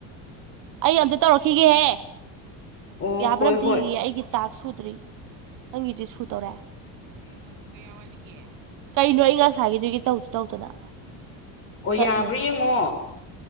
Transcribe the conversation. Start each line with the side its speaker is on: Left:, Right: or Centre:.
Right: ꯑꯩ ꯑꯝꯇ ꯇꯧꯔꯛꯈꯤꯒꯦꯍꯦ
Left: ꯑꯣ
Right: ꯌꯥꯕ꯭ꯔ
Left: ꯍꯣꯏ
Right: ꯑꯝꯇ
Left: ꯍꯣꯏ
Right: ꯌꯦꯡꯒꯦ ꯑꯩꯒꯤ ꯇꯥꯛꯁ ꯁꯨꯗ꯭ꯔꯤ ꯅꯪꯒꯤꯗꯤ ꯁꯨꯗꯣꯔꯦ ꯀꯌꯥ ꯋꯥꯠꯂꯤꯒꯦ ꯀꯩꯅꯣ ꯑꯩ ꯉꯁꯥꯏꯒꯤꯗꯒꯤ ꯇꯧꯁꯨ ꯇꯧꯗꯅ
Left: ꯍꯣꯏ
Right: ꯆꯠ
Left: ꯌꯥꯕ꯭ꯔꯥ
Right: ꯂꯩꯔꯒ
Left: ꯌꯦꯡꯉꯣ